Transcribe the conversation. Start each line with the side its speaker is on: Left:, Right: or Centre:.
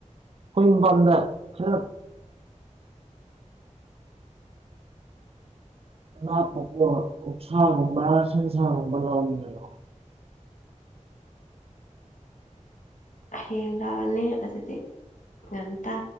Right: <unintelligible> <unintelligible> ꯑꯣꯛꯁꯥꯒꯨꯝꯕ ꯁꯟꯁꯥꯒꯨꯝꯕ ꯂꯧꯅꯤꯡꯉꯦ
Left: ꯍꯌꯦꯡ ꯂꯥꯛꯑꯅꯤ ꯑꯗꯨꯗꯤ ꯉꯟꯇꯥ